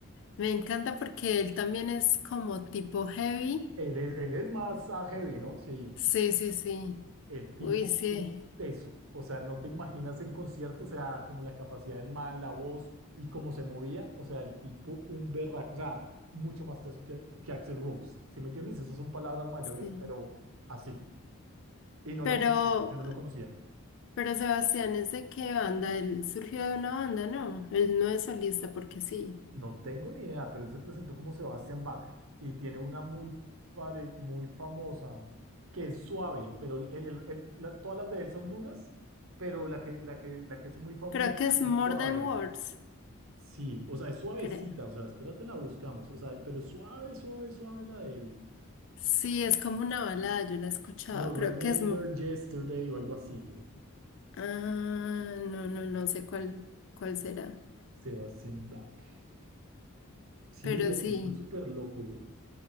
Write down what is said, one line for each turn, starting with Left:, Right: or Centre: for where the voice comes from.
Left: me encanta porque él también es como tipo heavy.
Right: Él es, él es más ah, heavy, ¿no? Sí,
Left: Sí, sí, sí.
Right: el tipo,
Left: Uy, sí,
Right: un teso. O sea, no te imaginas en concierto, o sea, como la capacidad del man, la voz y cómo se movía, o sea, el tipo, un berraco, o sea, mucho más teso que, que Axel Rose. ¿Sí me entiendes? Esas son palabras mayores,
Left: sí.
Right: pero así. Y no
Left: Pero,
Right: lo conocía, yo no lo conocía.
Left: pero Sebastián es de qué banda? Él surgió de una banda, ¿no? Él no es solista porque sí.
Right: No tengo ni idea, pero él se presentó como Sebastian Bach y tiene una muy, pare- muy famosa que es suave, pero el- el- el- la- todas las de él son duras, pero la que, la que, la que es muy famosa
Left: Creo que es
Right: es
Left: More
Right: suave.
Left: Than Words,
Right: Sí, o sea, es suavecita,
Left: creo.
Right: o sea, espérate, la buscamos, o sea, pero es suave, suave, suave la de él.
Left: Sí, es como una balada, yo la he escuchado.
Right: No,
Left: Creo
Right: Remember
Left: que es... mo-
Right: Yesterday o algo así, güey.
Left: Ah, no, no, no sé cuál, cuál será.
Right: Sebastian Bach. Sí,
Left: Pero
Right: el
Left: sí.
Right: tipo es súper loco, güey.